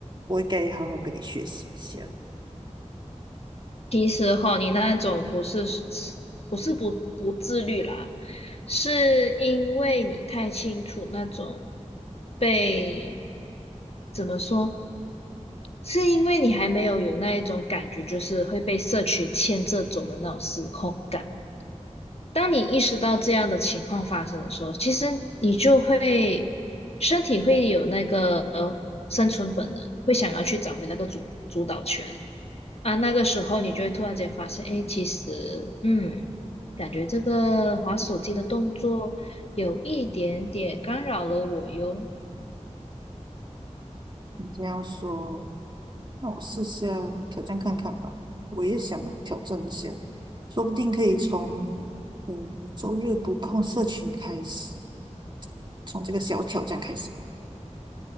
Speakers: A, on the right (about 40°); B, on the left (about 55°).
A: 我应该好好跟你学习一下。
B: 其实哈，你那种不是不是不不自律啦，是因为你太清楚那种被怎么说，是因为你还没有有那一种感觉，就是会被社群牵着走的那种失控感。当你意识到这样的情况发生的时候，其实你就会身体会有那个生存本能，会想要去找回那个主主导权。啊，那个时候你就会突然间发现，诶，其实，嗯，感觉这个划手机的动作有一点点干扰了我哟。
A: 你这样说，那我试下挑战看看吧，我也想挑战一下，说不定可以从嗯周日不碰社群开始，从这个小挑战开始吧。